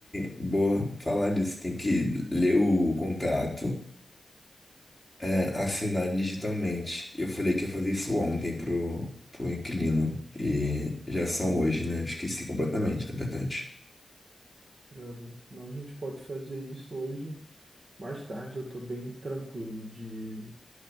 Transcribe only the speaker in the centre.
<laughs> Boa, falar disso. Tem que ler o contrato, é, assinar digitalmente. Eu falei que ia fazer isso ontem pro, pro inquilino. E já são hoje, né? Eu esqueci completamente, na verdade.